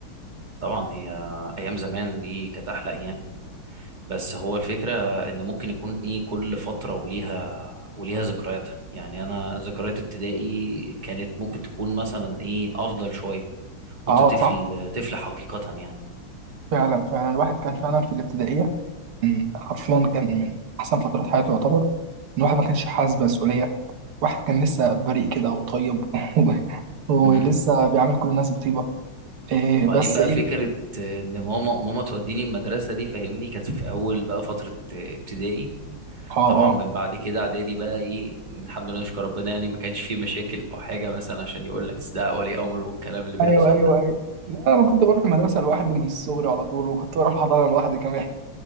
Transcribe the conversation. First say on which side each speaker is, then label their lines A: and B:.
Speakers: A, on the right; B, on the right.
A: طبعا هي ايام زمان دي كانت احلى ايام بس هو الفكره ان ممكن يكون ايه كل فتره وليها وليها ذكرياتها يعني انا ذكريات ابتدائي كانت ممكن تكون مثلا ايه افضل شويه كنت
B: أه
A: طفل
B: صح
A: طفل حقيقه يعني
B: فعلا فعلا الواحد كان فعلا في الابتدائية كان حرفيا كان من احسن فترات حياته يعتبر ان واحد ما كانش حاسس بمسؤوليه واحد كان لسه بريء كده وطيب <laughs> ولسه
A: امم
B: بيعامل كل الناس بطيبه إيه
A: بعدين
B: بس
A: بقى
B: ايه
A: فكره ان ماما ماما توديني المدرسه دي فاهمني كانت في اول بقى فتره ابتدائي
B: اه
A: طبعا
B: اه
A: من بعد كده اعدادي بقى ايه الحمد لله نشكر ربنا يعني ما كانش فيه مشاكل او حاجه مثلا عشان يقول لك ده ولي امر والكلام اللي بيحصل
B: ايوه ايوه
A: ده
B: ايوه لا انا كنت بروح المدرسه لوحدي من الصغر على طول وكنت بروح الحضانه لوحدي كمان